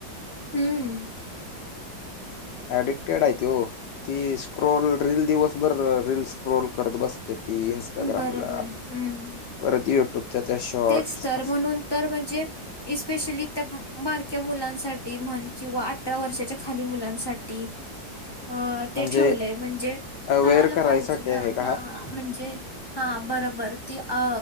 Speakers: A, on the left (about 20°); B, on the left (about 70°).
A: हम्म
B: ऍडिक्टेड आहे ती हो. ती स्क्रोल रील दिवसभर रील स्क्रोल करत बस ते ती इंस्टाग्रामला
A: बरोबर हम्म
B: परत युट्यूबच्या त्या शॉर्टस.
A: तेच तर
B: अस
A: म्हणून तर म्हणजे इस्पेशली त्या बारक्या मुलांसाठी म्हण, किंवा अठरा वर्षाच्या खाली मुलांसाठी.
B: <inaudible>
A: अ
B: म्हणजे
A: ते ठेवलंय म्हणजे
B: अवेअर
A: कळालं
B: करायसाठी
A: पाइजे ना.
B: आहे का
A: हा म्हणजे हा बरोबर ती अ